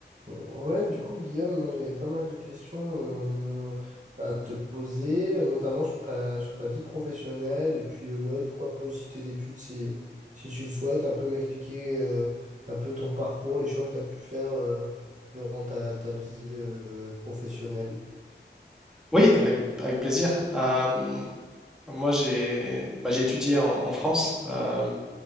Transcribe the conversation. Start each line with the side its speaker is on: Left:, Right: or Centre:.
Right: Ouais, du coup, Guillaume, moi j'avais pas mal de questions euh, à te poser, euh, notamment sur ta, sur ta vie professionnelle, et puis euh, ouais, pourquoi pas aussi tes études si, si tu le souhaites, un peu m'expliquer euh, un peu ton parcours, les choix que tu as pu faire euh, durant ta, ta vie euh, professionnelle.
Centre: Oui, avec, avec plaisir. Euh, moi, j'ai bah, j'ai étudié en, en France. Euh,